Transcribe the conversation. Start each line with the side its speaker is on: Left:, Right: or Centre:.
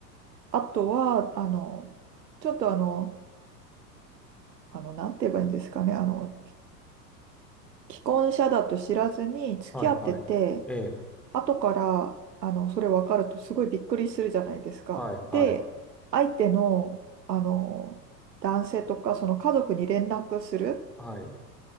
Right: あとは、あの、ちょっとあの、あの、なんて言えばいいんですかね、あの、既婚者だと知らずに付き合ってて、
Centre: はい、はい。ええ
Right: 後からあのそれ分かるとすごいびっくりするじゃないですか。
Centre: はい、はい、
Right: で、相手の、あの男性とかその家族に連絡する、
Centre: はい、